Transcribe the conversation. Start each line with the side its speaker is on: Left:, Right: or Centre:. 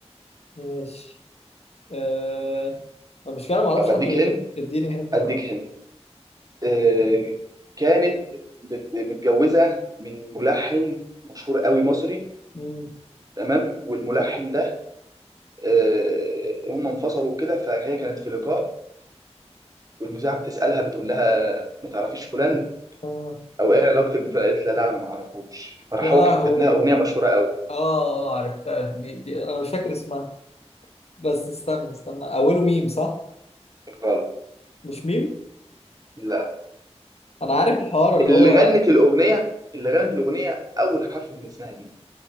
Left: ماشي آه المشكلة ما اعرفش
Right: طب أديك
Left: حد غير
Right: هند
Left: اديني هنت
Right: أديك
Left: اه
Right: هند آه كانت بت- متجوزة من ملحن مشهور قوي مصري
Left: مم.
Right: تمام والملحن ده آه، هم انفصلوا كده فهي كانت في لقاء والمذيعه بتسالها بتقول لها ما تعرفيش فلان
Left: آه.
Right: او ايه علاقتك بفلان قالت لها لا انا ما اعرفوش فراح
Left: يا
Right: هو
Left: لهوي
Right: كتب لها اغنيه مشهوره قوي
Left: اه اه عرفتها دي دي انا مش فاكر اسمها بس استنى استنى اوله ميم صح
Right: غلط
Left: مش ميم
Right: لا
Left: انا عارف الحوار اللي
Right: اللي
Left: هو
Right: غنت الاغنيه اللي غنت الاغنيه اول حرف من اسمها مين